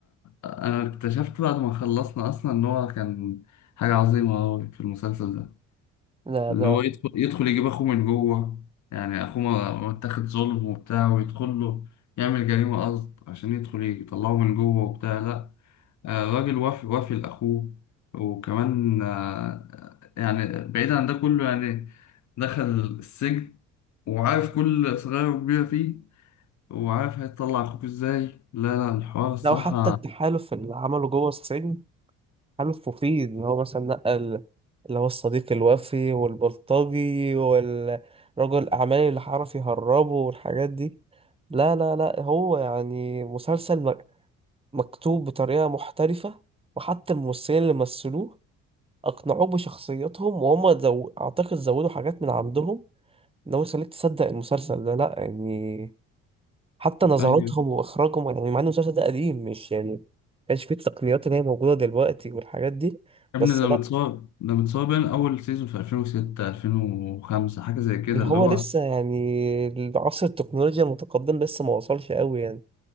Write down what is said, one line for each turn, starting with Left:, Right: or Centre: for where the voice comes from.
Left: انا اكتشفت بعد ما خلصنا اصلا ان هو كان حاجه عظيمه أوي في المسلسل ده
Right: لا
Left: اللي
Right: ده
Left: هو يدخل يدخل يجيب اخوه من جوه يعني اخوه ما- متاخد ظلم وبتاع ويدخل له يعمل جريمه قصد عشان يدخل يطلعه من جوه وبتاع لا آه، الراجل وافي وافي لاخوه وكمان آه، يعني بعيد عن ده كله يعني دخل السجن وعارف كل صغير وكبير فيه وعارف هيطلع اخوك ازاي لا لا الحوار الصراحة
Right: لو حتى التحالف اللي عمله جوه السجن حلف مفيد اللي هو مثلا نقل اللي هو الصديق الوفي والبلطجي والرجل الأعمال اللي عرف يهربه والحاجات دي لا لا لا هو يعني مسلسل مك- مكتوب بطريقة محترفة وحتى الممثلين اللي مثلوه أقنعوك بشخصياتهم وهم زو... أعتقد زودوا حاجات من عندهم إن هو يخليك تصدق المسلسل ده لأ يعني حتى نظراتهم
Left: ايوه
Right: وإخراجهم يعني مع إن المسلسل ده قديم مش يعني مكانش فيه التقنيات اللي هي موجودة دلوقتي والحاجات دي
Left: يا
Right: بس
Left: ابني ده متصاب ده متصاب من اول سيزون في 2006 2005 حاجة زي كده
Right: اللي
Left: اللي
Right: هو
Left: هو
Right: لسه يعني عصر التكنولوجيا المتقدم لسه ما وصلش قوي يعني